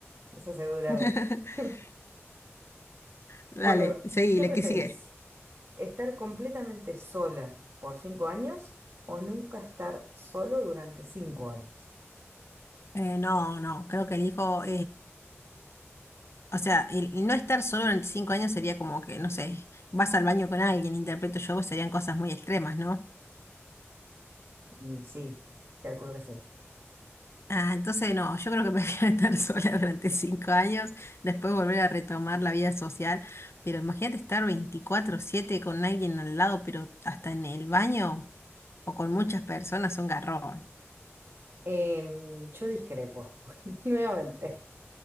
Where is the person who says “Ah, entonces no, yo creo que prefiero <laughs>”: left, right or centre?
Left